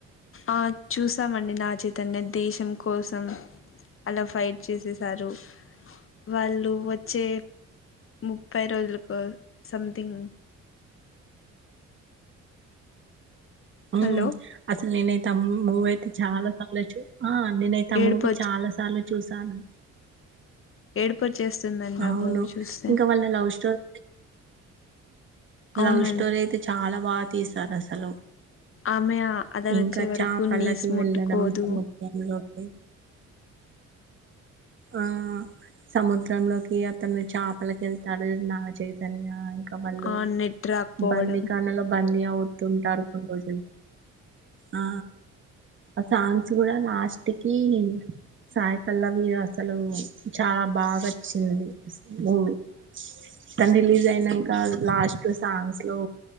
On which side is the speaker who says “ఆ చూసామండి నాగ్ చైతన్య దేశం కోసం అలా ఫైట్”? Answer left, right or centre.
Left